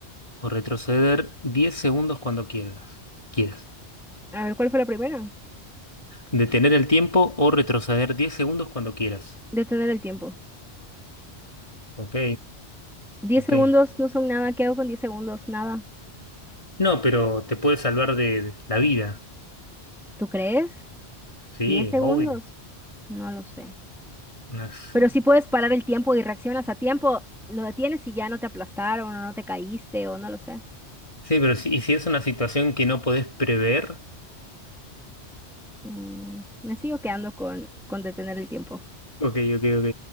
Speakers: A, on the left; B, in the centre.
A: o retroceder 10 segundos cuando quieras? Quieras.
B: A ver, ¿cuál fue la primera?
A: ¿Detener el tiempo o retroceder 10 segundos cuando quieras?
B: Detener el tiempo.
A: Ok,
B: Diez
A: ok.
B: segundos no son nada. ¿Qué hago con 10 segundos? Nada.
A: No, pero te puede salvar de la vida.
B: ¿Tú crees?
A: Sí,
B: Diez segundos?
A: obvio.
B: No lo sé.
A: Una- s-
B: Pero si puedes parar el tiempo y reaccionas a tiempo, lo detienes y ya no te aplastaron o no te caíste o no lo sé.
A: Sí, pero si, y si es una situación que no podés prever?
B: Mm, me sigo quedando con, con detener el tiempo.
A: Ok, ok, ok.